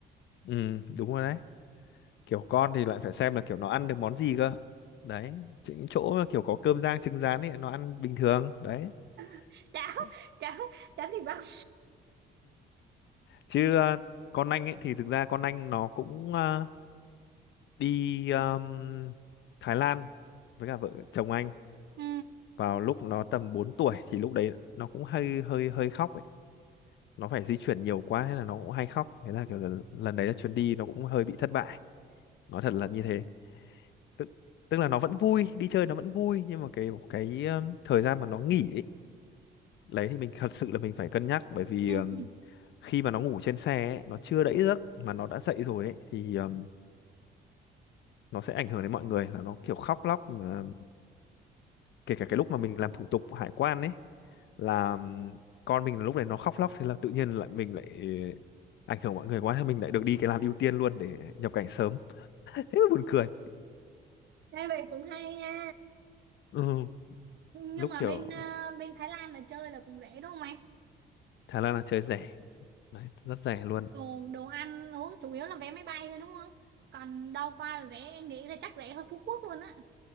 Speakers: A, on the left; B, on the right.
A: ừ đúng rồi đấy kiểu con thì lại phải xem là kiểu nó ăn được món gì cơ đấy những chỗ mà kiểu có cơm rang trứng rán ấy nó ăn bình thường đấy
B: <laughs> cháo
A: Có-
B: cháo cháo thịt băm
A: chứ à, con anh ấy thì thực ra con anh nó cũng à, đi um, Thái Lan với cả vợ chồng anh
B: ừ
A: vào lúc nó tầm bốn tuổi thì lúc đấy nó cũng hơi hơi hơi khóc ấy nó phải di chuyển nhiều quá hay là nó cũng hay khóc thế là kiểu là lần đấy là chuyến đi nó cũng hơi bị thất bại nói thật là như thế tức, tức là nó vẫn vui đi chơi nó vẫn vui nhưng mà cái cái um, thời gian mà nó nghỉ đấy thì mình thật sự là mình phải cân nhắc bởi vì
B: ừ
A: ừm, khi mà nó ngủ trên xe ấy, nó chưa đẫy giấc mà nó đã dậy rồi ấy thì ừm, nó sẽ ảnh hưởng đến mọi người là nó kiểu khóc lóc mà kể cả cái lúc mà mình làm thủ tục hải quan ấy là ừm, con mình lúc này nó khóc lóc thế là tự nhiên lại mình lại ừ, ảnh hưởng mọi người quá thế mình lại được đi cái làn ưu tiên luôn để nhập cảnh sớm <laughs> thế mà buồn cười
B: nghe vậy cũng hay nha
A: ừ,
B: nhưng
A: lúc
B: mà
A: kiểu
B: bên ờ, bên Thái Lan là chơi là cũng rẻ đúng không em
A: Thái Lan là chơi rẻ đấy, rất rẻ luôn
B: đồ đồ ăn uống chủ yếu là vé máy bay thôi đúng không còn đâu qua là rẻ em nghĩ là chắc rẻ hơn Phú Quốc luôn á